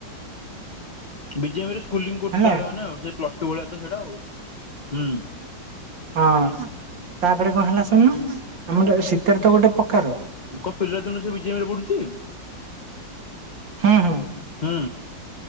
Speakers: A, on the left; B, on the right.
A: ବିେ କରୁ
B: ହେଲା
A: ତାହେଲେ ମାନେ ପ୍ଲସ ଟୁ ଭଳିଆ ତ ସେଇଟା ଆଉ ହଁ।
B: ହଁ ତାପରେ କଣ ହେଲା ଶୁଣୁନୁ ଆମର ଶୀତରେ ତ ଗୋଟେ ପକାର।
A: କ ପିଲାର ଜଣୁ ସେ ବିଜ ରେ ପଢୁଛି।
B: ହଁ ହଁ।
A: ହୁଁ।